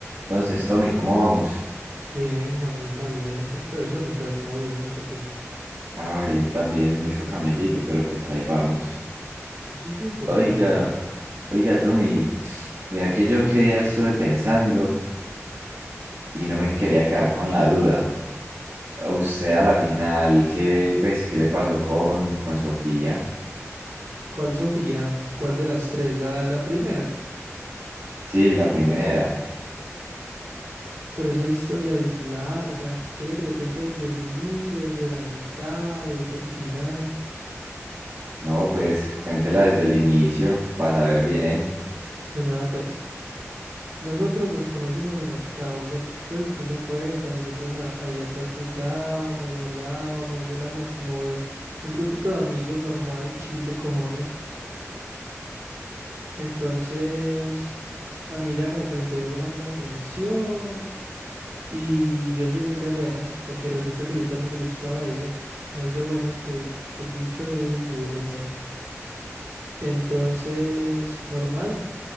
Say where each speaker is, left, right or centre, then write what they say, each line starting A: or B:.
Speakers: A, on the right; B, on the right.
A: Entonces, Tommy, ¿cómo vamos?
B: Bien, Juanmita, bien, un poquito de sueño, pero todo bien, ¿usted qué?
A: Ah, bien, también, mucho camellito, pero pues ahí vamos.
B: Eso es lo importante.
A: Oiga, oiga, Tommy, mira que yo que ya estuve pensando y no me quería quedar con la duda. ¿A usted a la final, qué, pues, qué le pasó con, con Sofía?
B: ¿Cuál Sofía? ¿Cuál de las tres? La, la primera.
A: Sí, la primera.
B: Uf, Pero esa historia es larga. ¿Quiere que le cuente desde el inicio, desde la mitad, desde el final?
A: No, pues cuéntela desde el inicio para saber bien.
B: Bueno, vea pues, nosotros nos conocimos en octavo, ¿cierto? Pues usted se acuerda, nosotros a- ahí atrás jugábamos, hablábamos, éramos como el- un grupito de amigos normal, chill de cojones. Entonces, a mí ella como que me empezó a llamar la atención y yo soy muy de buenas porque resulta que yo también le gustaba a ella, más de buenas que el, que el bicho de un burro, nea. Entonces, normal,